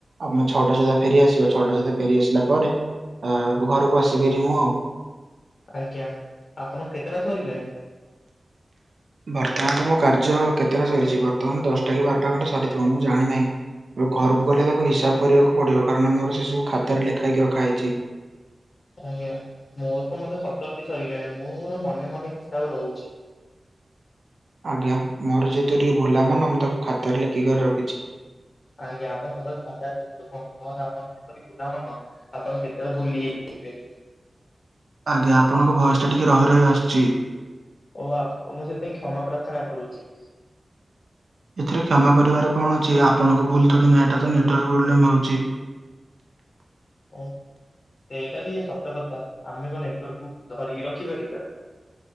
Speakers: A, on the right; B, on the left.
A: ଆମେ ଛଅଟା ସୁଦ୍ଧା ଫେରି ଆସିବା। ଛଅଟା ସୁଦ୍ଧା ଫେରି ଆସିଲା ପରେ ଆ ଘରୁକୁ ଆସିବି ହେରି ମୁଁ।
B: ଆଜ୍ଞା। ଆପଣଙ୍କ କେତେଟା ସରିଲାଣି?
A: ବର୍ତ୍ତମାନ ତ ମୋ କାର୍ଯ୍ୟ କେତେଟା ସରିଛି, ବର୍ତ୍ତମାନ ଦଶଟା କି ବାରଟା ଖଣ୍ଡେ ସରିଥିବ ମୁଁ ଜାଣିନାହିଁ। ଏବେ ଘରକୁ ଗଲେ ତାକୁ ହିସାବ କରିବାକୁ ପଡିବ। କାରଣ ମୋର ସେ ସବୁ ଖାତାରେ ଲେଖା ହେଇକି ରଖା ହେଇଛି।
B: ଆଜ୍ଞା ମୋର ତ ମତେ ସତରଟି ସରିଗଲାଣି। ମୁଁର ମନେ ମନେ ହିସାବ ରହୁଛି।
A: ଆଜ୍ଞା ମୋର ଯେହେତୁ ଟିକେ ଭୁଲା ମନ ମୁଁ ତାକୁ ଖାତାରେ ଲେଖିକରି ରଖିଛି।
B: ଆଜ୍ଞା ଆପଣ ସବୁବେଳେ ଖାତାରେ ଟିପି ରଖନ୍ତୁ। ନହଲେ ଆପଣ ଯେପରି ଭୁଲାମନ। ଆପଣ କେତେବେଳେ ଭୁଲି ଯାଇଥିବେ।
A: ଆଜ୍ଞା ଆପଣଙ୍କ ଭୟସ୍ ଟା ଟିକେ ରହି ରହି ଆସୁଛି।
B: ଓ ଆପ୍ ମୁଁ ସେଥିପାଇଁ କ୍ଷମା ପ୍ରାର୍ଥନା କରୁଛି।
A: ଏଥିରେ କ୍ଷମା କରିବାରେ କଣ ଅଛି। ଆପଣଙ୍କୁ ଭୁଲ ଥୋଡି ନା ଏଟା ତ ନେଟାର୍ ପ୍ରୋବ୍ଲେମ ହଉଛି।
B: ଓ ସେଇଟା ବି ସତ କଥା। ଆମେ କଣ ନେଟ୍ୱାର୍କକୁ ଧରିକି ରଖିପାରିବା।